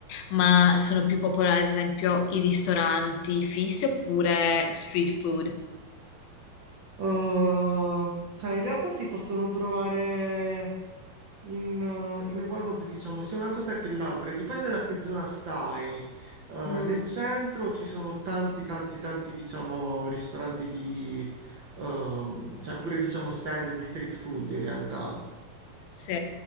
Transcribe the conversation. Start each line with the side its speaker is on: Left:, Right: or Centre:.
Left: Ma sono più popolari, ad esempio, i ristoranti fissi oppure street food?
Right: Uh, cioè, in realtà si possono trovare in, uh, in egual modo, diciamo, sia una cosa che l'altra, e dipende da che zona stai. Uh,
Left: Mm,
Right: nel centro ci sono tanti, tanti, tanti, diciamo, ristoranti di, um, cioè pure, diciamo, stand di street food in realtà.
Left: sì.